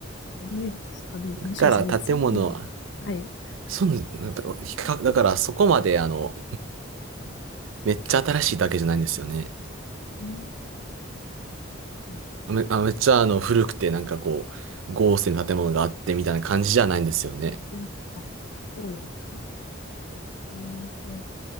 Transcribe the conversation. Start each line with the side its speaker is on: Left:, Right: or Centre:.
Left: ね、あの、
Right: だから建物、
Left: むしろその1000年も。はい。
Right: そう、なんだ比較、だからそこまであの、めっちゃ新しいだけじゃないんですよね。
Left: うん。うん
Right: め、あ、めっちゃあの、古くてなんかこう、豪勢な建物があってみたいな感じじゃないんですよね。
Left: うんあ、そうなんですね。うーんと、